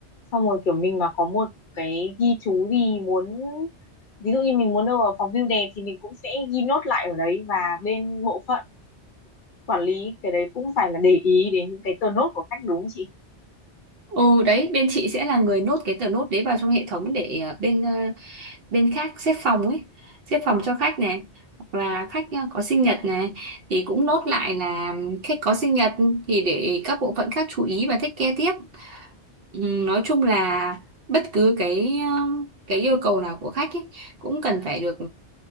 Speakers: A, on the left; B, on the right.
A: xong rồi kiểu mình mà có một cái ghi chú gì muốn ví dụ như mình muốn đâu ở phòng view đẹp thì mình cũng sẽ ghi nốt lại ở đấy và bên bộ phận quản lý cái đấy cũng phải là để ý đến những cái tờ nốt của khách đúng không chị
B: Ừ đấy bên chị sẽ là người nốt cái tờ nốt đấy vào trong hệ thống để ờ, bên ờ, bên khác xếp phòng ấy xếp phòng cho khách này hoặc là khách ờ, có sinh nhật này thì cũng nốt lại là khách có sinh nhật thì để các bộ phận khác chú ý và take care tiếp ừ, nói chung là bất cứ cái ờ, cái yêu cầu nào của khách ấy, cũng cần phải được